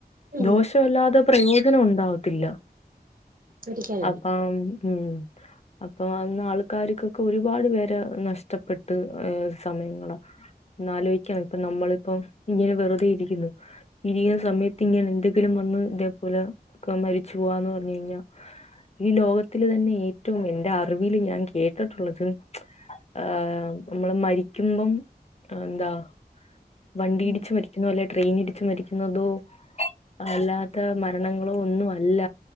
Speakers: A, on the right; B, on the left.
A: ഉം
B: ദോഷല്ലാതെ പ്രയോജനം ഉണ്ടാവത്തില്ല.
A: ഒരിക്കലുല്ല
B: അപ്പം ഉം അപ്പൊ അന്ന് ആൾക്കാർക്കൊക്ക ഒരുപാട് പേരെ നഷ് നഷ്ടപ്പെട്ട് ഏഹ് സമയങ്ങള ഒന്ന് ആലോയ്ക്കണം. ഇപ്പൊ നമ്മളിപ്പം ഇങ്ങനെ വെറുതെ ഇരിക്ക്ന്ന്. ഇരിക്കുന്ന സമയത്ത് ഇങ്ങനെ എന്തെങ്കിലും വന്ന് ഇതേപോലെ മരിച്ചു പോവാന്ന് പറഞ്ഞഴിഞ്ഞ ഈ ലോകത്തില് തന്നെ ഏറ്റവും എന്റെ അറിവിൽ ഞാൻ കേട്ടിട്ടുള്ളത് ആഹ് നമ്മള് മരിക്കുമ്പം എന്താ വണ്ടിയിടിച്ച്
A: ഉം
B: മരിക്കുന്ന പോലെ ട്രെയിനിടിച്ച് മരിക്കുന്നതോ അല്ലാത്ത മരണങ്ങളൊന്നും അല്ല.